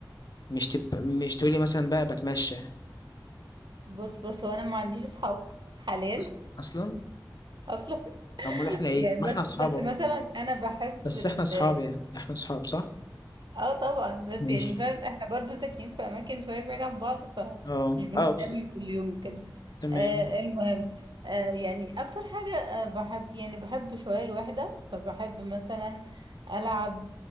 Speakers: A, on the left; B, on the right.
A: مش تبقى مش تقولي مثلا بقى بتمشى
B: بص بص هو انا ما عنديش اصحاب حاليا
A: أص- اصلا
B: اصلا
A: امال احنا ايه
B: يعني
A: ما
B: بس
A: احنا اصحاب
B: بس
A: أهو،
B: مثلا انا بحب
A: بس
B: ال
A: احنا اصحاب يعني احنا اصحاب صح
B: اه طبعا بس
A: ماشي
B: يعني فاهم احنا برضو ساكنين في اماكن شويه بعيد عن بعض فمش
A: اه
B: بنتقابل
A: اه بالظبط
B: كل يوم وكده
A: تمام
B: آه المهم آه يعني اكتر حاجه آه بحب يعني بحب شويه الوحده فبحب مثلا العب